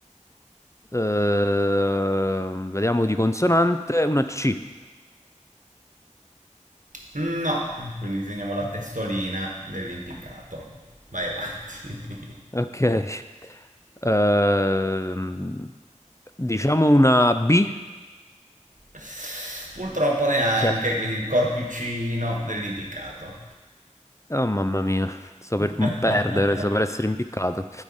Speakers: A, on the left; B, on the right.
A: Ehm, vediamo di consonante, una C.
B: No, quindi disegniamo la testolina dell'impiccato. Vai avanti.
A: Ok. Ehm, diciamo una B.
B: <laughs> Purtroppo neanche,
A: Sì.
B: quindi il corpicino dell'impiccato.
A: Oh mamma mia, sto per
B: <laughs>
A: m- perdere, sto per essere impiccato.